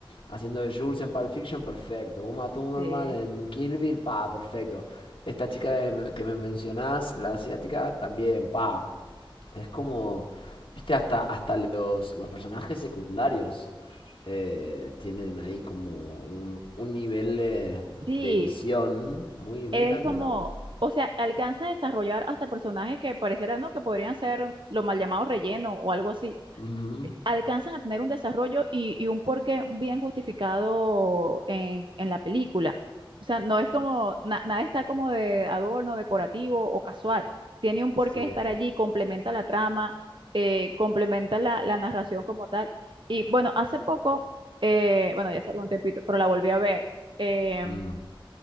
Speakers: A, on the left (about 75°); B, on the right (about 60°).
A: haciendo de Jules en Pulp Fiction, perfecto. Uma Thurman
B: sí.
A: en Kill Bill, pa, perfecto. Esta chica de- que me mencionás, la asiática, también, pa. Es como, viste, hasta, hasta los, los personajes secundarios eh, tienen ahí como un, un nivel de,
B: Sí,
A: de visión muy, muy
B: es
A: grande,
B: como,
A: ¿no?
B: o sea, alcanza a desarrollar hasta personajes que parecieran, ¿no? Que podrían ser lo mal llamado relleno o algo así.
A: Ujú,
B: alcanzan a tener un desarrollo y, y un porqué bien justificado en, en la película. O sea, no es como, na- nada está como de adorno, decorativo o casual. Tiene un porqué
A: Sí.
B: estar allí, complementa la trama, eh, complementa la, la narración como tal. Y bueno, hace poco, eh, bueno, ya hace algún tiempito, pero la volví a ver, eh,
A: Mm.